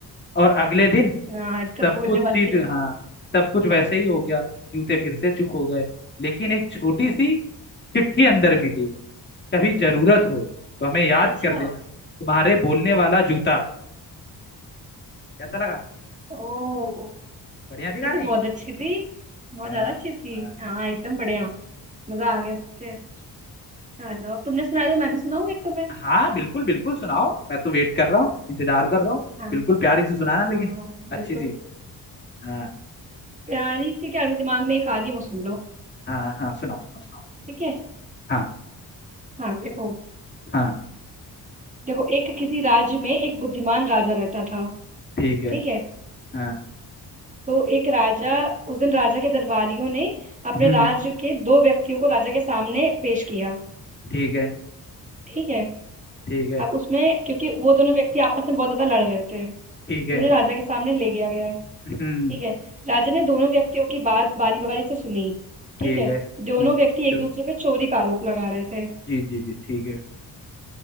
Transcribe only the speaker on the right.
हाँ, ये तो
भूलने
वाले
थे।
अच्छा
ओ
ये तो
बहुत अच्छी थी बहुत
ज्यादा अच्छी थी
हाँ एकदम बढ़िया मजा आ गया सुन के चलो अब तुमने सुनाई तो मैं भी सुनाऊँ एक तुम्हें
हाँ
हाँ
बिल्कुल
प्यारी सी क्या अभी दिमाग में एक आ रही है वो सुन लो
ठीक है
हाँ देखो
देखो एक किसी राज्य में एक बुद्धिमान राजा रहता था
ठीक है
तो एक राजा उस दिन राजा के दरबारियों ने अपने
राज्य के दो व्यक्तियों को राजा के सामने पेश किया
ठीक है
अब उसमें क्योंकि वो दोनों व्यक्ति आपस में बहुत ज्यादा लड़ रहे थे तो
उन्हें राजा के सामने ले गया गया
ठीक है राजा ने दोनों व्यक्तियों की बात बारी बारी से सुनी ठीक
है
दोनों व्यक्ति
एक दूसरे पे चोरी का आरोप लगा रहे थे